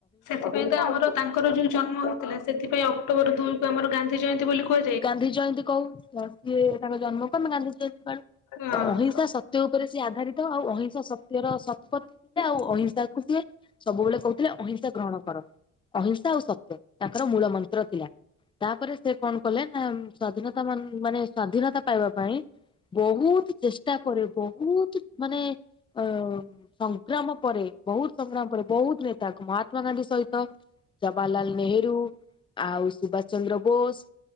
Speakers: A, on the left; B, on the left.
A: ସେଥିପାଇଁ ତ ଆମର ତାଙ୍କର ଯୋଉ ଜନ୍ମ ହେଇଥିଲା ସେଥିପାଇଁ ଅକ୍ଟୋବର ଦୁଇକୁ ଆମର ଗାନ୍ଧି ଜୟନ୍ତୀ ବୋଲି କୁହା
B: ଗାନ୍ଧୀ ଜୟନ୍ତୀ କହୁ ତ ସିଏ ତାଙ୍କ ଜନ୍ମକୁ ଆମେ ଗାନ୍ଧୀ ଜୟନ୍ତୀ ପାଳୁ।
A: ହଁ
B: ତ ଅହିଂସା ସତ୍ୟ ଉପରେ ସେ ଆଧାରିତ ଆଉ ଅହିଂସା ସତ୍ୟର ସତପତ୍ ସେ ଆଉ ଅହିଂସା କୁ ସିଏ ସବୁବେଳେ କହୁଥିଲେ ଅହିଂସା ଗ୍ରହଣ କର। ଅହିଂସା ଆଉ ସତ୍ୟ ତାଙ୍କର ମୂଳମନ୍ତ୍ର ଥିଲା ତାପରେ ସେ କଣ କଲେ ନା ସ୍ଵାଧୀନତା ମାନ ମାନେ ସ୍ଵାଧୀନତା ପାଇବା ପାଇଁ ବହୁତ୍ ଚେଷ୍ଟା ପରେ ବହୁତ୍ ମାନେ ଅଁ ସଂଗ୍ରାମ ପରେ ବହୁତ୍ ସଂଗ୍ରାମ ପରେ ବହୁତ୍ ନେତାଙ୍କ ମହାତ୍ମାଗାନ୍ଧୀ ସହିତ ଜବାହହାରଲାଲ ନେହେରୁ ଆଉ ସୁଭାଷଚନ୍ଦ୍ର ବୋଷ୍